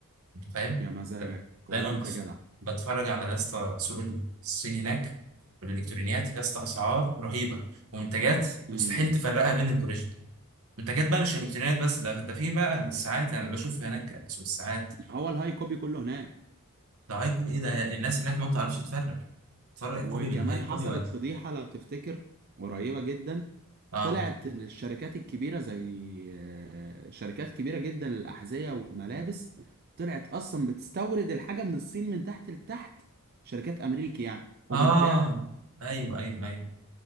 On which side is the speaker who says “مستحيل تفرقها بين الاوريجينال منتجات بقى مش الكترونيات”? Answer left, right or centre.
Right